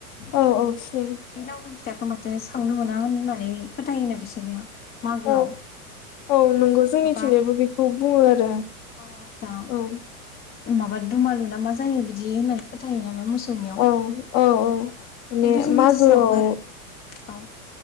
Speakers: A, on the left; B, on the left.
A: औ
B: बे
A: औ सिनायो
B: लावदुम फिथ फिथाखौ माथो सावनो मोना होननानै फोथायोना बिसोरनिया मागोआव
A: औ औ नंगौ जोंनिथिंजायबो
B: माबा
A: बेखौ बुङो आरो
B: अ आदसा
A: औ
B: माबा दुमालु ना मा जायो बिदि होननानै फोथायो नामा मोसौनियाव
A: औ औ औ माने
B: खिन्थु जोंनि
A: मागोआव
B: थिं सावो आरो औ